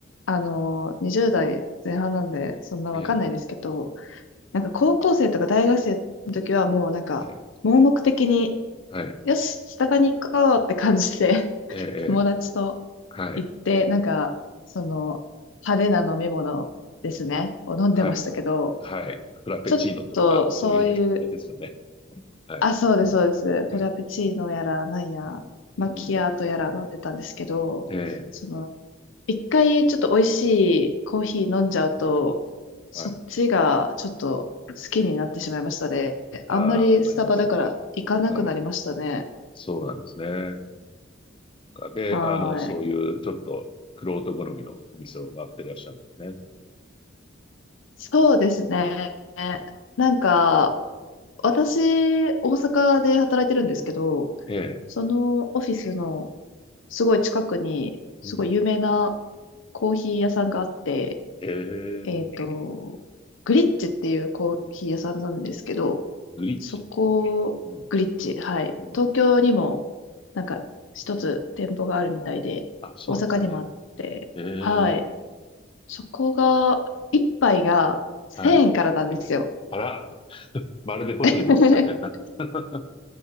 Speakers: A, on the left; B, on the left.
A: あの、20代前半なんで、そんなわかんないですけど、
B: え
A: なんか高校生とか大学生の時はもうなんか、
B: え、はい、
A: 盲目的に、
B: はい、
A: よし、スタバに行こうって感じで、<laughs>
B: ええ、ええ
A: 友達と
B: はい、
A: 行って、なんか、その、派手な飲み物ですね、を飲んでましたけど、
B: はい、はい、フラペチーノとか、
A: ちょっとそういう、
B: そういう感じですよね。はい、
A: あ、そうです、そうです。フェラペチーノやら、
B: はい。
A: なんや、
B: うん。
A: マキアートやら飲んでたんですけど、
B: うん。ええ。
A: その、一回ちょっと美味しいコーヒー飲んじゃうと、
B: はい。
A: そっちがちょっと好きになってしまいましたね。
B: ああ、
A: あんまりスタバだから行かなくなりましたね。
B: わかります。はい。そうなんですね。かで、
A: はーい。
B: あの、そういうちょっと、玄人好みのお店を回ってらっしゃるんですね。
A: そうですね。なんか、私、大阪で働いてるんですけど、
B: ええ。
A: そのオフィスのすごい近くに、すごい有名な
B: うん。
A: コーヒー屋さんがあって、
B: ええ。
A: えっと、グリッチっていうコーヒー屋さんなんですけど、
B: グリッチ。
A: そこ、
B: うん。
A: グリッチ、はい。
B: うん。
A: 東京にも、なんか、一つ店舗があるみたいで、
B: あ、そうなんですね。
A: 大阪にもあって、
B: ええ。
A: はい。そこが、一杯が1000円からなんですよ。
B: はい。あら、まるでホテルの喫茶店だ。
A: <laughs>
B: <laughs>